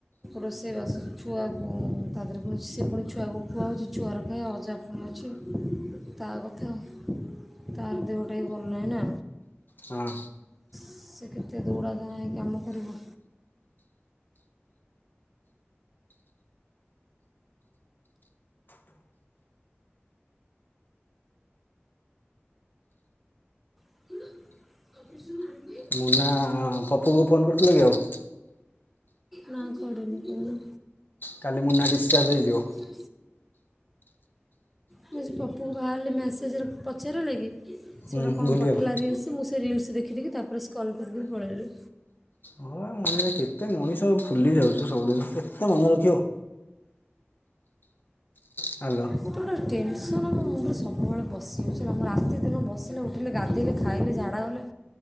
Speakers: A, in the centre; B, on the left (about 50°).
A: ରୋଷେଇ ବାସ ଛୁଆକୁ ତାପରେ ପୁଣି ସିଏ ପୁଣି ଛୁଆକୁ ଖୁଆଉଛି ଛୁଆର କାହିଁ ଅଜା ପୁଣି ଅଛି ତା କଥା ତାର ଦେହ ଟା ବି ଭଲ ନାହିଁ ନା।
B: ହଁ।
A: ସେ କେତେ ଦୌଡ଼ା ଧାଁ ହେଇ କାମ କରିବ। <unintelligible>
B: ମୁନା ପପୁ କୁ ଫୋନ୍ କରିଥିଲୁ କି ଆଉ।
A: ନା କରିନି କହୁନ।
B: କାଲି ମୁନା ଡିସ୍ଚାର୍ଜ ହେଇଯିବ।
A: ମୁଁ କହୁଚି ପପୁ କୁ ବାହାରିଲେ ମେସେଜରେ ପଚାରିଲୁ କି? ସେ
B: ହୁଁ
A: ଗୋଟେ କଣ
B: ଭୁଲିଗଲ
A: ପଠେଇଲା ରିଲସ୍ ମୁଁ ସେ ରିଲସ୍ ଦେଖି ଦେଖି ତାପରେ ସ୍କୋରଲ୍ କରିକରି ପଳେଇଲି।
B: ହଁ। ମାନେ କେତେ ମଣିଷ ଭୁଲି ଯାଉଛି ସବୁଦିନ କେତେ ମନେ ରଖିବ। ହ୍ୟାଲୋ
A: ମତେ ଗୋଟେ ଟେନସନ୍ ମୋ ମୁଣ୍ଡରେ ସବୁବେଳେ ପଶିଯାଉଛି ହେଲା ମୁଁ ରାତିଦିନ ବସିଲେ, ଉଠିଲେ, ଗାଧେଇଲେ, ଖାଇଲେ, ଝାଡ଼ା ଗଲେ